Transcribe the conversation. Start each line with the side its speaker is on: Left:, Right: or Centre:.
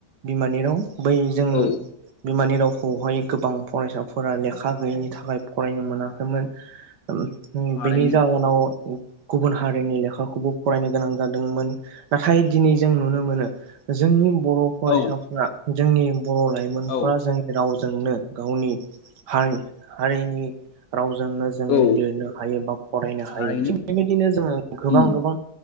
Right: बि मानि राव बै जों
Left: औ
Right: बिमानि राव खौहाय गोबां फरायसाफोरा लेखा गैयैनि थाखाय फरायनो मोनाखैमोन। उम उम
Left: थारैनो
Right: बेनि जाहोनाव गुबुन हारिनि लेखाखौबो फरायनो गोनां जादोंमोन नाथाय दिनै जों नुनो मोनो जोंनि बर' फरायसाफ्रा
Left: औ
Right: जोंनि बर' लाइमोनफ्रा
Left: औ
Right: जोंनि राव जोंनो गावनि हारि-हारिनि नि रावजोंनो जोङो
Left: औ
Right: लिरनो हायो बा फरायनो
Left: थारैनो
Right: हायो। थिग बेबायदिनो जोङो गोबां
Left: उम
Right: गोबां